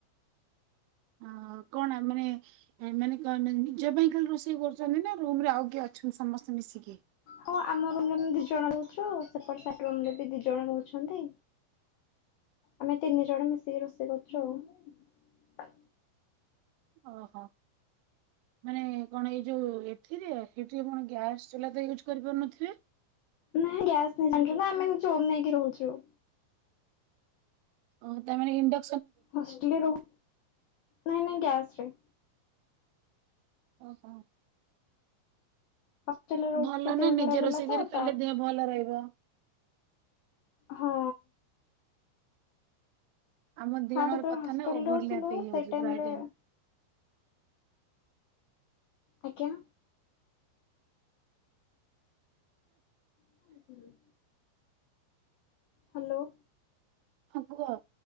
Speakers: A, on the right (about 80°); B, on the left (about 85°).
A: ଅ କଣ ମାନେ ମାନେ ନିଜ ପାଇଁ ଖାଲି ରୋଷେଇ କରୁଛନ୍ତି ନା ରୁମରେ ଆଉ କିଏ ଅଛନ୍ତି ସମସ୍ତେ ମିଶିକି।
B: ହଁ ଆମ ରୁମରେ ଆମେ ଦି ଜଣ ରହୁଛୁ। ସେପଟେ ସାଇଟ୍ ରୁମରେ ବି ଦି ଜଣ ରହୁଛନ୍ତି। ଆମେ ତିନି ଜଣ ମିଶିକି ରୋଷେଇ କରୁଛୁ ଆଉ।
A: ଓହୋ ମାନେ କଣ ଏଇ ଯୋଉ ଏଥିରେ ସେଠି କଣ ଗ୍ୟାସ ଚୁଲା ତ ୟୁଜ୍ କରିପାରୁନଥିବେ?
B: ନାଇଁ ଗ୍ୟାସ ନେଇ ଜାଣିଛୁ ନା ଆମେ ନିଜେ ରୁମ୍ ନେଇକି ରହୁଛୁ।
A: ଅଁ ତା ମାନେ ଇଣ୍ଡ
B: ହଷ୍ଟେଲ ରହୁ ନାଇଁ ନାଁ ଗ୍ୟାସ ଚି।
A: ଓହୋ।
B: ହଷ୍ଟେଲରେ ରହୁଥିଲୁ
A: ଭଲ
B: ଦେହ
A: ନାଁ ନିଜେ
B: ଖରାପ ହେଲା
A: ରୋଷେଇ
B: ତ
A: କରି ଖାଇଲେ
B: ତା
A: ଦେହ ଭଲ ରହିବ।
B: ହଁ।
A: ଆମ ଦି
B: ଫାଷ୍ଟ
A: ଜଣଙ୍କର
B: ଯେତେବେଳେ
A: କଥା
B: ହଷ୍ଟେଲରେ
A: ନାଁ ଓଭର
B: ରହୁଥିଲୁ
A: ଲ୍ୟାପ ହେଇଯାଉଚି
B: ସେଇ ଟାଇମରେ
A: ପ୍ରୟ ଟାଇମ୍।
B: ଆଜ୍ଞା। ଶୋଇଥିଲି। ହାଲୋ।
A: ହଁ କୁହ